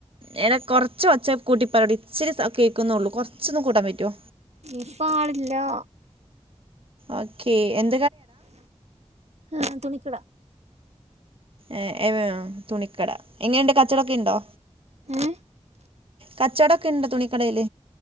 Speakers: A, on the right; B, on the right.
A: യനെ കൊറച്ച് ഒച്ചെ കൂട്ടി പറയടി ഇച്ചരി സ കേൾക്കുന്നുള്ളൂ കുറച്ചൊന്ന് കൂട്ടാൻ പറ്റോ?
B: ഇപ്പൊ ആളില്ല ആ
A: ഓക്കെ.. എൻ
B: <unintelligible> തുണിക്കട
A: ഏ ഏം തുണിക്കട ഇങ്ങനെയുണ്ട്. കച്ചേടൊക്കെ ഇണ്ടോ?
B: ഏ
A: കച്ചവടമൊക്കെ ഉണ്ടോ തുണിക്കടയിൽ